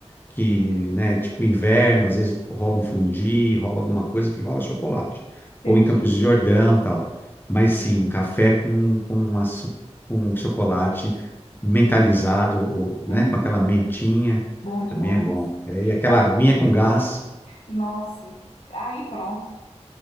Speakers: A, on the left (about 20°); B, on the left (about 75°).
A: que, né, tipo inverno, às vezes rola um fundi, rola alguma coisa que rola chocolate.
B: entendi.
A: Ou em Campos de Jordão, tal. Mas
B: É.
A: sim, um café com, com, açu- com um chocolate mentalizado, ou, né,
B: Hum,
A: com aquela mentinha,
B: Bom demais.
A: também é bom. É, e aquela
B: Ou,
A: aguinha com gás.
B: nossa, aí pronto.